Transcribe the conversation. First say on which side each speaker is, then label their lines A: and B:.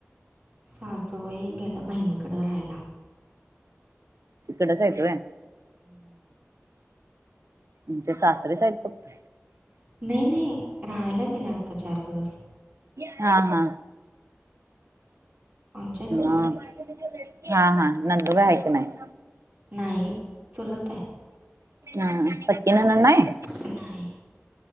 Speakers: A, on the right; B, on the right.
A: सासू बाई गेल्या बहिणीकडं राहायला
B: तिकडंच हायत व्हय.
A: हं.
B: तुमचे सासरेच हायत फक्त.
A: नई नई राहायला गेल्या आत्ता चार दिवस.
B: हा हा
A: आमच्या इकडेच
B: आ
A: असते.
B: हा हा नंदू बाई हायका नाय
A: न्हाई चुलताय.
B: आ आं सक्की ननंद
A: सग
B: नाई
A: नाही